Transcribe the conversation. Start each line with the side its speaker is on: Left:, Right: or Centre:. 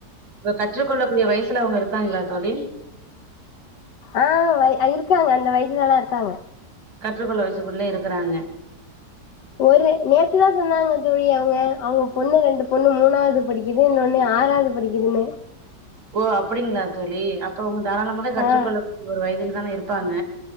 Right: கற்றுக்கொள்ளக்க கூடிய வயசுல அவங்க இருக்காங்களா தோழி
Left: ஆஹ் இருக்காங்க அந்த வயசுல எல்லாம் இருக்காங்க
Right: கற்றுக்கொள்ள வ க்குள்ள இருக்கிறாங்க
Left: ஒரு நேத்துதான் சொன்னாங்க தோழி அவங்க அவங்க பொண்ணு ரெண்டு பொண்ணு மூணாவது படிக்குது இன்னொண்ணு ஆறாவது படிக்குதுன்னு
Right: ஓ அப்படிங்களா தோழி அப்ப அவங்க தாராளமாக கற்றுக்கொள்ளக்கூடிய
Left: ஆ
Right: ஒரு வயதில் தான இருப்பாங்க